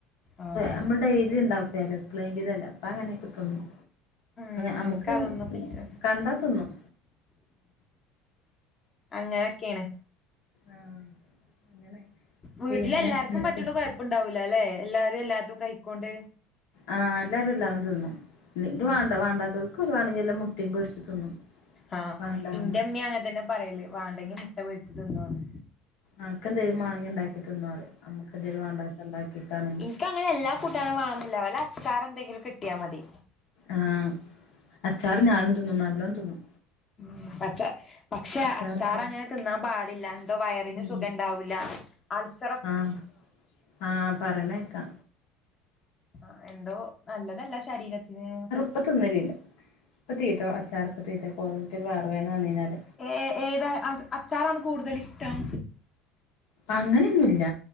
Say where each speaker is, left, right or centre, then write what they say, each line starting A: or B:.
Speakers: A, on the left; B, on the left.
A: ആഹ്
B: ഞമ്മൾ ഡെയ്‌ലി ണ്ടാക്കിയാലും എപ്പളേങ്കിലൊല്ലെ അപ്പം അങ്ങനൊക്കെ തിന്നും
A: ഉം
B: ഞമ്മക്ക്
A: ഇൻക്കതൊന്നുംപ്പ ഇഷ്ടല്ല
B: കണ്ടാ തിന്നും
A: അങ്ങനൊക്കെയാണ്
B: ആഹ് അങ്ങനെ
A: വീട്ടിലല്ലാർക്കും
B: പിന്നെ എന്നിട്ട്
A: പറ്റ്നോണ്ട് കൊയപ്പ ണ്ടാവൂലല്ലെ എല്ലാരും എല്ലാതും കഴിക് ണോണ്ട്
B: ആഹ് ഇതല്ലാരും തിന്നും ഇത്
A: ഉം
B: വാണ്ടാതോര്ക്ക് വാണെല് മുട്ട പൊരിച്ച് തിന്നും
A: ആഹ്
B: വേണ്ടാർഞ്ഞാ
A: ന്റെമ്മി അങ്ങനെ തന്നെ പറയല് വാണ്ടെങ്കി മുട്ട പൊരിച്ച് തിന്നോന്ന്
B: അനക്എന്തേങ്കിലും മാണങ്കിണ്ടാക്കി തിന്നോന്ന് പറയും ഞമ്മക്ക് എന്തേലും വാണ്ടത്തത് ഉണ്ടാക്കിക്കാണെങ്കിൽ
A: ഇന്കങ്ങനെ എല്ലാ കൂട്ടാനും മാണന്നി ല്ല്യ വല്ല അച്ചാറെന്തേങ്കിലും കിട്ടിയാൽ മതി
B: ആഹ് അച്ചാറ് ഞാനും തിന്നും നല്ലോം തിന്നും
A: ഉം പക്ഷെ
B: അച്ചാറിട്ടാ
A: അച്ചാറങ്ങനെ തിന്നാന് പാടില്ല എന്തോ വയറിന്
B: ഉം
A: സുഖംണ്ടാവൂല ല അച്ചാ
B: ആഹ് ആഹ് പറിനേക്കാ
A: ആഹ് എന്തോ നല്ലതല്ല ശരീരത്തിന്
B: പ്പം തിന്നലില്ല ഇപ്പ തീറ്റ അച്ചാറൊക്കെ തിന്നുബ്ബോ വയറ് വേദന വന്ന് കഴി ഞ്ഞാല്
A: ഏഹ് ഏതാ അച്ചാറാണ് കൂടുതൽ ഇഷ്ടം
B: അങ്ങനെയൊന്നൂല്യ